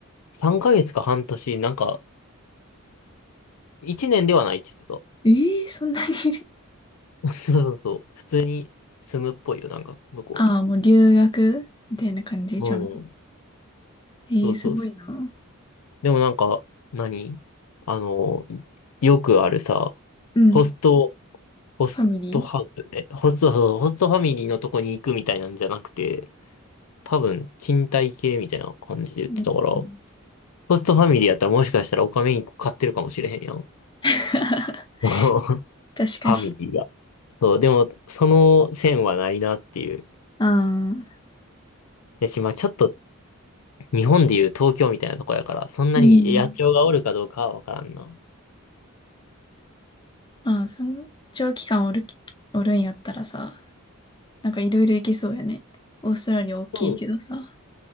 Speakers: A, on the left; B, on the left.
A: 3ヶ月か半年、なんか、1年ではないって言って
B: えーそんなに <laughs>
A: た。<laughs> そうそうそう。普通に住むっぽいよ、なんか、向こうに。
B: ああ、もう留学みたいな感じ、
A: うん。
B: ちゃんと。えーすごいなぁ。
A: そうそうそう。でもなんか、何あの、よくあるさ、
B: うん。
A: ホスト、ホストハウスね。
B: ファミリ
A: ホスト、そう、ホストファミリーのとこに行くみたいなんじゃなくて、多分、賃貸系みたいな感じで言ってたから、
B: ーうん
A: ホストファミリーやったらもしかしたらオカメインコ飼ってるかもしれへんやん。
B: <laughs>
A: <laughs> フ
B: 確かに。
A: ァミリーが。そう、でも、その線はないなっていう。
B: ああ。
A: やし、まあちょっと日本でいう東京みたいなとこやから、そんなに野鳥がおるかどうかはわからんな。
B: うんああ、その長期間おる、おるんやったらさ、なんかいろいろ行けそうやね。オーストラリア大きいけどさ。
A: うん。